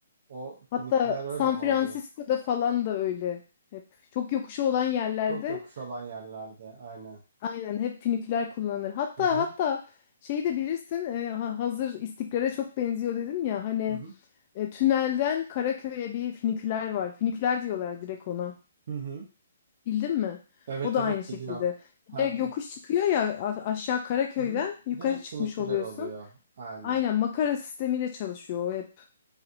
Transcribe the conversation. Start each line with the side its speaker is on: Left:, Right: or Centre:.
Right: O
Left: Hatta
Right: finiküler öyle
Left: San
Right: mi
Left: Francisco'da
Right: oluyor?
Left: falan da öyle. Hep çok yokuşu olan yerlerde
Right: Çok yokuş olan yerlerde aynen.
Left: aynen hep finiküler kullanılır. Hatta
Right: Hı hı
Left: hatta şeyi de bilirsin e, ha- hazır istiklale çok benziyor dedin ya hani
Right: hı hı.
Left: e, tünelden Karaköy'e bir finiküler var. Finiküler diyorlar direkt ona.
Right: Hı hı.
Left: Bildin mi?
Right: Evet
Left: O da
Right: evet
Left: aynı şekilde.
Right: biliyorum. Ha,
Left: Bir de yokuş çıkıyor ya a- aşağı Karaköy'den
Right: hı hı.
Left: yukarı
Right: Direkt
Left: çıkmış
Right: finiküler
Left: oluyorsun.
Right: oluyor. Aynen.
Left: Aynen makara sistemiyle çalışıyor o hep.